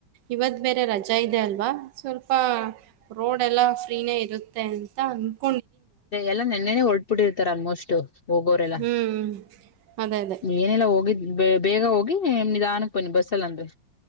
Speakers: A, on the right; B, on the left.
A: ಇವತ್ ಬೇರೆ ರಜಾ ಇದೆ ಅಲ್ವಾ ಸ್ವಲ್ಪ ರೋಡ್ ಎಲ್ಲ ಫ್ರೀನೇ ಇರುತ್ತೆ ಅಂತ ಅ
B: ಎಲ್ಲಾ ನೆನ್ನೆ ಹೊರ್ಟಬಿಟ್ಟಿರ್ತಾರ ಆಲ್ಮೋಸ್ಟ್ ಹೋಗೋರೆಲ್ಲ
A: ಹ್ಮ್ ಅದೇ ಅದೇ
B: ಏನೆಲ್ಲ ಹೋಗಿದ ಬೇಗ ಹೋಗಿ ಹ್ಮ್ ನಿಧಾನಕ ಬನ್ನಿ ಬಸ್ಸಲ್ಲ ಆದ್ರೆ